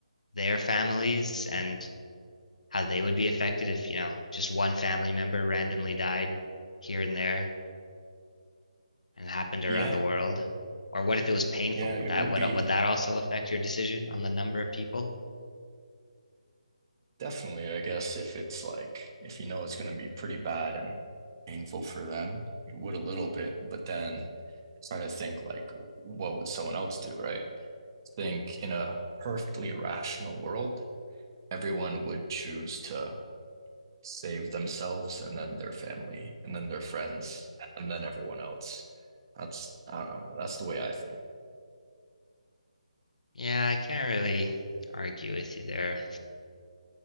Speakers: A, on the left; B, on the right.
A: their families and how they would be affected if, you know, just one family member randomly died here and there? and happened around
B: Yeah,
A: the world? Or what if it was painful?
B: yeah, it
A: Would that
B: would
A: would,
B: be
A: would that also affect your decision on the number of people?
B: definitely, I guess, if it's like if you know it's going to be pretty bad and painful for them, it would a little bit, but then try to think like, what would someone else do, right? think in a perfectly rational world, everyone would choose to save themselves and then their family and then their friends and then everyone else. That's I don't know. That's the way I think.
A: Yeah, I can't really argue with you there.